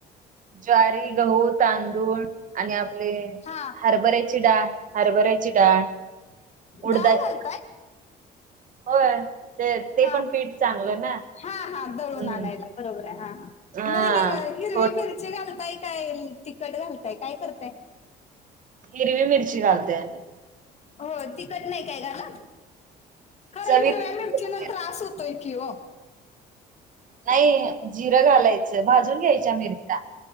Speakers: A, on the right; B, on the left.
A: ज्वारी, गहू, तांदूळ आणि आपले
B: हा
A: हरभऱ्याची डाळ. हरभऱ्याची डाळ. उडदाची
B: डाळ घालताय.
A: होय. ते ते
B: हा
A: पण पीठ चांगलं ना
B: हा हा दळून
A: हम्म
B: आणायला बरोबर आहे हा ह
A: हा
B: मध्ये घ हिरवी
A: हो
B: मिरची घालताय काय तीखट घालताय काय करताय?
A: हिरवी मिरची घालतोय आम्ही.
B: होय तिखट नाही काय घालत? खरं
A: चवीला
B: हिरव्या त्रास होतोय कि हो.
A: नाही जिरं घालायचं. भाजून घ्यायच्या मिरच्या